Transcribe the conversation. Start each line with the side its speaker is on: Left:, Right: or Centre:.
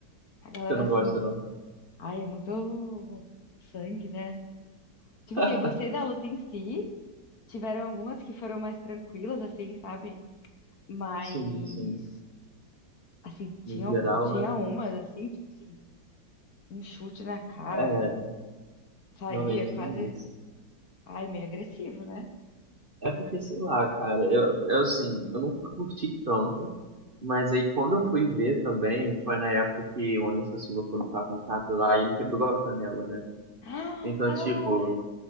Left: A galera,
Right: Você não
Left: assim.
Right: gosta, não.
Left: Ai, é muito sangue, né? Tipo
Right: <laughs>
Left: assim, eu gostei da luta em si. Tiveram algumas que foram mais tranquilas, assim, sabe? Mas,
Right: Sim, sim.
Left: assim, tinha
Right: No geral,
Left: algum, tinha
Right: né?
Left: umas, assim, tipo assim, um chute na cara,
Right: É,
Left: saía
Right: realmente tem
Left: quase,
Right: isso.
Left: ai, meio agressivo, né?
Right: É porque, sei lá, cara, eu, eu assim, eu nunca curti tanto, mas aí quando eu fui ver também, foi na época que o Anderson Silva foi lutar com o cara lá e quebrou a canela, né?
Left: <gasps> Ah,
Right: Então,
Left: ai,
Right: tipo,